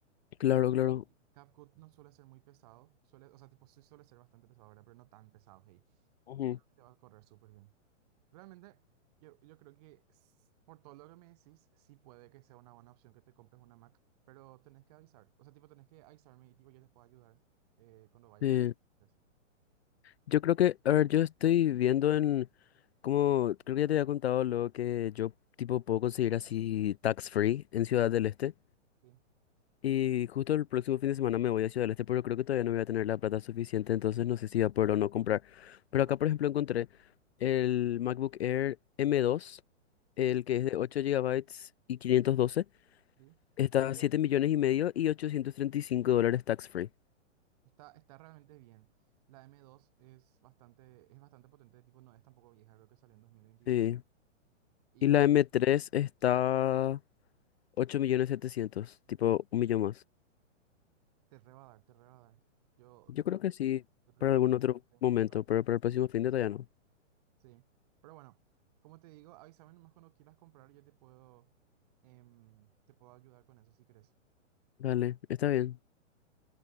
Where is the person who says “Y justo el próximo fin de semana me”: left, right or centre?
Left